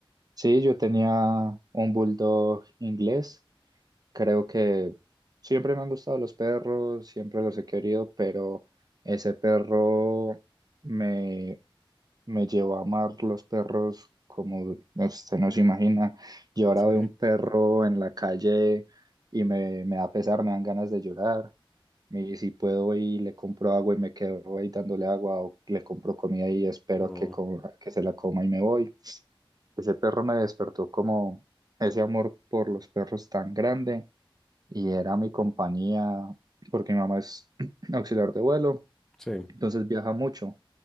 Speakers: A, on the right; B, in the centre.
A: sí, yo tenía un bulldog inglés. Creo que siempre me han gustado los perros, siempre los he querido, pero ese perro me, me llevó a amar los perros como usted no se imagina. Yo ahora
B: Sí.
A: veo un perro en la calle y me, me da pesar, me dan ganas de llorar. Y si puedo y le compro agua y me quedo ahí dándole agua o le compro comida y espero
B: No.
A: que, coma- que se la coma y me voy. Ese perro me despertó como ese amor por los perros tan grande y era mi compañía, porque mi mamá es <clears throat> auxiliar de vuelo,
B: Sí,
A: entonces viaja mucho.